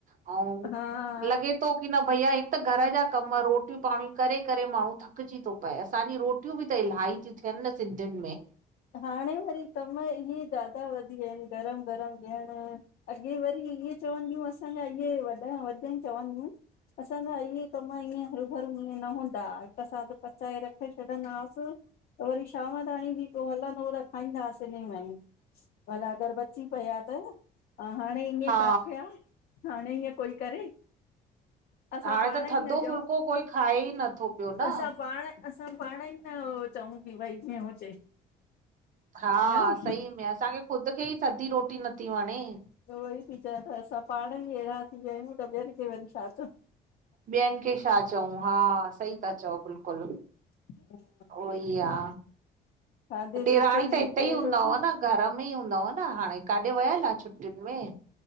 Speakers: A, on the right; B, on the left.
A: अऊं
B: हा
A: लॻे तो की न भइया, हिक त घर जा कम, रोटयूं पाणी करे, करे माण्हूं थकजी तो पए, असांजी रोटी रोटयूं बि त इलाही त्यूं थ्यन न सिंधियुन में।
B: हाणे वरी कम इहे ज्यादा वधी विया आहिन। गरम-गरम ॾियण अॻे वरी इहे चवंदियूं, असांजा इहे वॾा, वॾनि चवंदियूं। असांज इ कम ईअं हरू-भरू ईअं न हूंदा, हिकु साथ पचाए रख छॾंदासीं। त वरी शाम ताणी बि पोइ हलंदो, त खाईंदा आसिन एन में ही। भला घरि बची पिया त, हाणे ईअ
A: हा
B: किथे आ? हाणे इअं कोई करे? असां
A: हाणे
B: पाण
A: त
B: ई
A: थधो
B: न ॾियूं।
A: फुल्को कोई खाए ई नथो पियो न
B: असां पाण असां पाण ई न चऊं, की भई ईअं हुजे।
A: हां,
B: न
A: सही में, असांखे ख़ुद खे ई थधी रोटी नथी वणे।
B: त उहो ई थी चये त, असां पाण ई अहिड़ा थी वया आहियूं। त ॿियन खे वरी छा चऊ।
A: ॿयन खे छा चऊं? हां, सही था चओ बिल्कुल।
B: हां <inaudible>
A: उहो ई आ,
B: खाधे
A: ॾेराणी
B: पीते में
A: त हिते ई
B: एॾो
A: हूंदव
B: छा
A: न? घर में ई हूंदव न। हाणे काॾे वयल आ छुटियुन में?